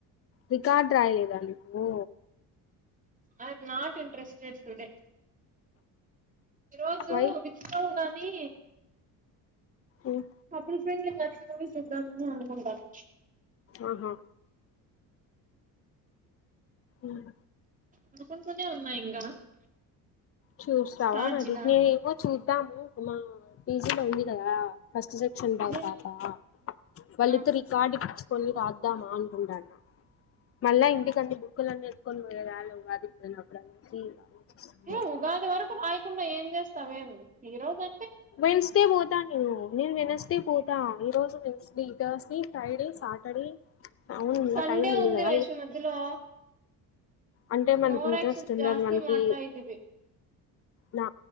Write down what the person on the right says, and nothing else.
I'm not interested today. ఈరోజు
మిస్సవ్వు గానీ,
కపుల్ ఫ్రెండ్లీ <inaudible> మూవీ చూద్దామనీ. <unintelligible>
అనుకుంటూనే ఉన్న ఇంగా.
స్టార్ట్
జిలా
నేను
ఆ
ఏ ఉగా. ఇంత వరకు రాయకుండా ఏం జేస్తావేం, ఈరోజం
సండే
ఉంది
వైషు మధ్యలో.
ఓవర్ యాక్షన్
జాస్తి
మాడ్తా ఇదివి